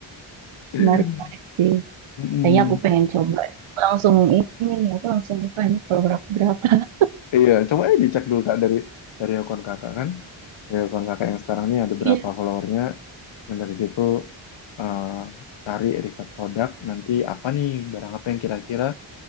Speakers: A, on the left; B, on the right.
A: <laughs>
B: Menarik menarik sih.
A: Mm-mm.
B: Kayaknya aku pengen coba. Aku Langsung ini nih, aku langsung buka ini follower aku berapa. <laughs>
A: iya coba aja dicek dulu kak dari dari akun kakak kan dari akun kakak yang sekarang ini ada
B: Iya,
A: berapa followernya dan dari situ eh, cari riset produk nanti apa nih barang apa yang kira-kira